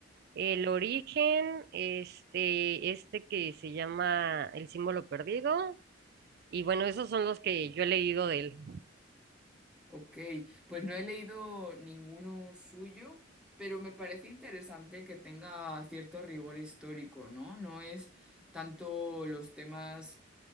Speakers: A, on the right; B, in the centre.
A: El origen, este, este que se llama El símbolo perdido. Y bueno, esos son los que yo he leído de él.
B: Ok, pues no he leído ninguno suyo, pero me parece interesante que tenga cierto rigor histórico, ¿no? No es tanto los temas